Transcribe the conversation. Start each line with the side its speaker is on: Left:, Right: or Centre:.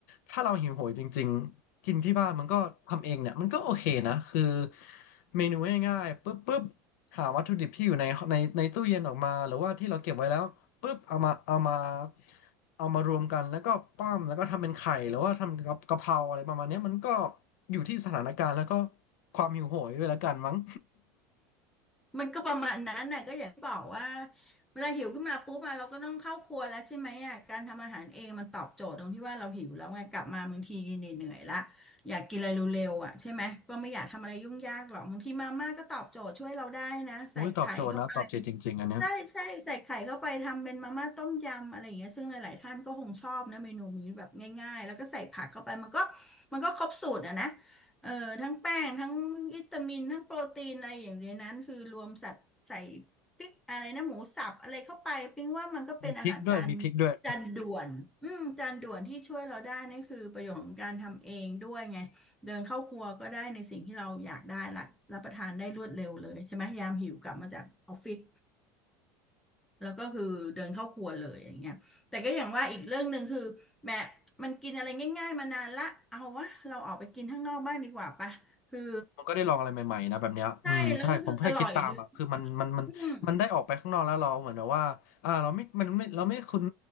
Left: ถ้าเราหิวโหยจริงๆกินที่บ้านมันก็ทำเองเนี่ยมันก็โอเคนะคือเมนูง่ายๆปุ๊บปุ๊บหาวัตถุดิบที่อยู่ในในในตู้เย็นออกมาหรือว่าที่เราเก็บไว้แล้ว ปุ๊บเอามาเอามาเอามารวมกันแล้วก็ปั้มแล้วก็ทำเป็นไข่หรือว่าทำกับกะเพราอะไรประมาณเนี้ยมันก็อยู่ที่สถานการณ์แล้วก็ความหิวโหยด้วยละกันมั้ง
Centre: มันก็ประมาณนั้นน่ะก็อย่างที่บอกว่าเวลาหิวขึ้นมาปุ๊บอะเราก็ต้องเข้าครัวแล้วใช่ไหมอ่ะการทำอาหารเองมันตอบโจทย์ตรงที่ว่าเราหิวแล้วไงกลับมาบางทีเหนื่อยๆละอยากกินอะไรเร็วๆอ่ะใช่ไหมก็ไม่อยากทำอะไรยุ่งยากหรอกบางทีมาม่าก็ตอบโจทย์ช่วยเราได้นะใส่ไข่เข้าไป
Left: <laughs> โอ้ยตอบโจทย์นะตอบโจทย์จริงๆอันเนี้ย
Centre: ใช่ใช่ใส่ไข่เข้าไปทำเป็นมาม่าต้มยำอะไรอย่างเงี้ยซึ่งหลายๆท่านก็คงชอบนะเมนูนี้แบบง่ายๆแล้วก็ใส่ผักเข้าไปมันก็มันก็ครบสูตรอะนะ เออทั้งแป้งทั้งวิตามินทั้งโปรตีนอะไรอย่างในนั้นคือรวมสัตว์ใส่ปิ๊กอะไรนะหมูสับอะไรเข้าไปปิ๊งว่ามันก็เป็นอาหารจาน
Left: มีพริกด้วยมีพริกด้วย
Centre: จานด่วนอืมจานด่วนที่ช่วยเราได้นี่คือประโยชน์ของการทำเองด้วยไงเดินเข้าครัวก็ได้ในสิ่งที่เราอยากได้ละรับประทานได้รวดเร็วเลยใช่ไหมยามหิวกลับมาจากออฟฟิศ แล้วก็คือเดินเข้าครัวเลยอย่างเงี้ยแต่ก็อย่างว่าอีกเรื่องหนึ่งคือแม่มันกินอะไรง่ายๆมานานละเอาวะเราออกไปกินข้างนอกบ้างดีกว่าปะคือ
Left: มันก็ได้ลองอะไรใหม่ๆนะแบบเนี้ยอืมใช่ผมแค่คิดตามอ่ะคือมันมันมันมันได้ออกไปข้างนอกแล้วเราเหมือนแบบว่าอ่าเราไม่มันไม่เราไม่คุ้น
Centre: ใช่แล้วก็คืออร่อยด้วยอืม